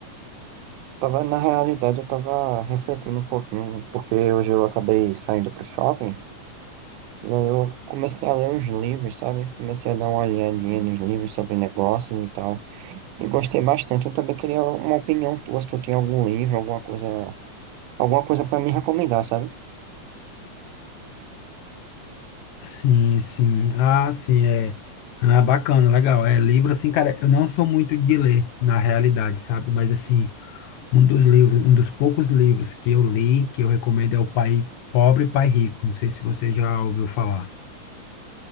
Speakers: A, on the right (about 90°); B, on the left (about 75°).
A: tava na realidade, eu tava refletindo um pouquinho, porque hoje eu acabei saindo pro shopping, e aí eu comecei a ler uns livros, sabe? Comecei a dar uma olhadinha nos livros sobre negócios e tal, e gostei bastante. Eu também queria uma opinião tua, se tu tem algum livro, alguma coisa, alguma coisa para me recomendar, sabe?
B: Sim, sim. Ah, sim, é. Ah, bacana, legal. É livro assim, cara, eu não sou muito de ler na realidade, sabe? Mas assim, um dos livros, um dos poucos livros que eu li, que eu recomendo é O Pai Pobre e Pai Rico. Não sei se você já ouviu falar.